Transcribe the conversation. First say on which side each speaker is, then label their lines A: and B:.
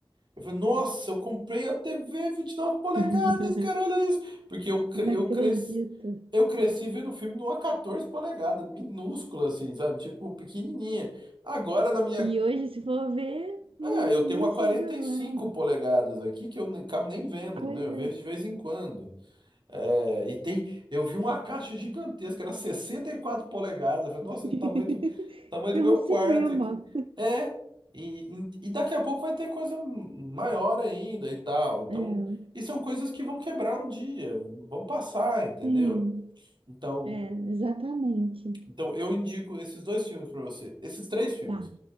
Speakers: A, on the right; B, on the right.
A: Eu falei, nossa, eu comprei a TV nove polegadas,
B: <laughs>
A: cara, olha isso. Porque eu, cre-
B: Não acredito.
A: eu cresci, eu cresci vendo o filme numa 14 polegadas, minúscula assim, sabe? Tipo, pequenininha. Agora na minha.
B: E hoje, se for ver, não,
A: É, eu tenho
B: nem
A: uma quarenta
B: chega, é
A: e cinco
B: uma
A: polegadas aqui que eu nem acabo nem vendo,
B: coisa.
A: né? Eu vejo de vez em quando. É, e tem, eu vi uma caixa gigantesca, era 64 polegadas. Eu falei, nossa,
B: <laughs>
A: do tamanho do, tamanho
B: É
A: do meu
B: um cinema.
A: quarto aqui. É, e, e, e daqui a pouco vai ter coisa maior ainda e tal. Então,
B: É,
A: e são coisas que vão quebrar um dia, vão passar, entendeu?
B: sim,
A: Então,
B: é, exatamente.
A: então eu indico esses dois filmes pra você, esses três filmes:
B: Tá,